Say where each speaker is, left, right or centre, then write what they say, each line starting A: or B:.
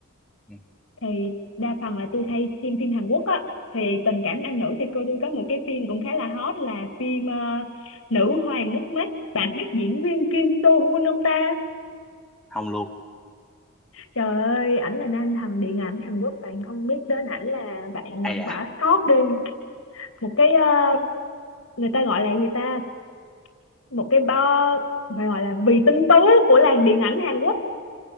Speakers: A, in the centre; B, on the left (about 70°).
A: Ừ.
B: thì đa phần là tôi hay xem phim Hàn Quốc á thì tình cảm nam nữ thì cô tôi có một cái phim cũng khá là hot là phim ờ, Nữ hoàng nước mắt bạn biết diễn viên Kim So Hoon không ta
A: không luôn
B: trời ơi ảnh là nam thần điện ảnh Hàn Quốc bạn không biết đến ảnh là bạn
A: à dạ
B: bỏ sót đi một cái ờ, người ta gọi là gì ta một cái bo phải gọi là vì tinh tú của làng điện ảnh Hàn Quốc